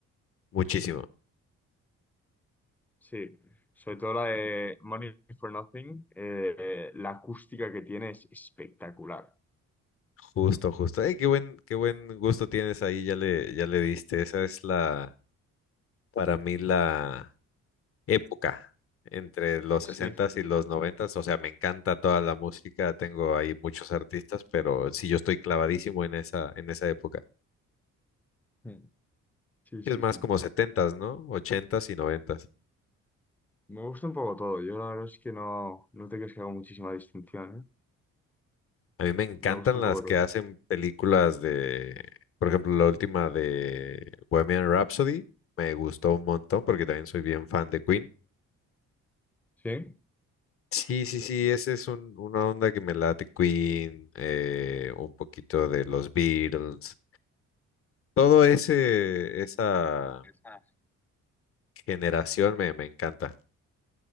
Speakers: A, on the left; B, in the centre.
A: muchísimo.
B: sí, sobre todo la de Money for Nothing, eh, la acústica que tiene es espectacular.
A: Justo, justo. Eh, qué buen, qué buen gusto tienes ahí, ya le, ya le diste. Esa es la, para mí, la época entre los
B: Sí,
A: sesentas y los noventas. O sea, me encanta toda la música, tengo ahí muchos artistas, pero sí, yo estoy clavadísimo en esa, en esa época.
B: Mm. sí, sí,
A: Es más
B: sí.
A: como setentas, no Ochentas y noventas.
B: Me gusta un poco todo. Yo la verdad es que no, no te crees que hago muchísima distinción, ¿eh?
A: A mí me encantan
B: Me gusta un
A: las
B: poco
A: que
B: todo.
A: hacen películas de, por ejemplo, la última de Bohemian Rhapsody, me gustó un montón porque también soy bien fan de Queen.
B: ¿Sí?
A: Sí, sí, sí, esa es un- una onda que me late Queen, eh, un poquito de los Beatles, todo ese, esa
B: Ah.
A: generación me, me encanta.